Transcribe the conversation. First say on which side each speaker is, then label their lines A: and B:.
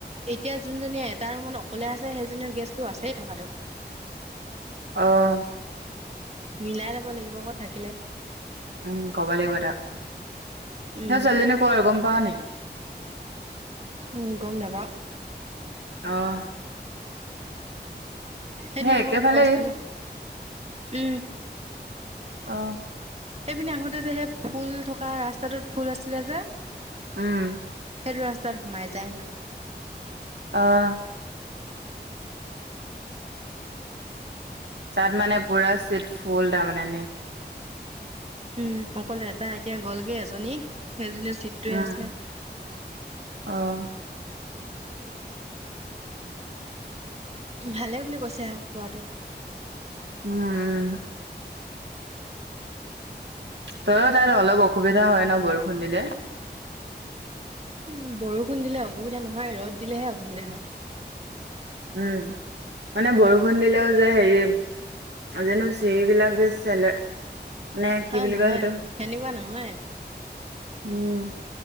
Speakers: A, on the right; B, on the right.
A: এতিয়া যোনজনীয়ে এটা ৰুমত অকলে আছে সেইজনী গেষ্টটো আছেই থকাতটো
B: অহ
A: মিলাই লব লাগিব আকৌ থাকিলে
B: উম কব লাগিব
A: উম
B: সেই ছোৱালীজনী কৰ আৰু গম পাৱও নেকি <inaudible>
A: উম গম নেপাও
B: অহ
A: সেইদিনাখন
B: সেই একেফালেই
A: কৈছিলো উম
B: অ
A: এইপিনে আহোতে যে সেই ফুল থকা ৰাস্তাটোত ফুল আছিলে যে
B: উম
A: সেইটো ৰাস্তাত সোমাই যায় হেনো
B: অহ তাত মানে পুৰা চিট ফুল তাৰমানেনে
A: উম অকলে এটাা এতিয়া গ'লগে এজনী সেইজনী ছিটটোৱে
B: উম,
A: আছে
B: অহ,
A: ভালে বুলি কৈছে আহ খোৱাাতটো
B: উম তই তাত অলপ অসুবিধা হয় ন বৰষুণ দিলে
A: উ বৰষুণ দিলে অসুবিধা নহয় ৰ'দ দিলেহে অসুবিধা হয়
B: উম মানে বৰষুণ দিলেও যে হেৰি জানো চিৰিবলাক যে চলে মানে কি
A: অ
B: বুলি
A: নহয়
B: কয় সেইটো
A: সেনেকুৱা নহয়
B: উম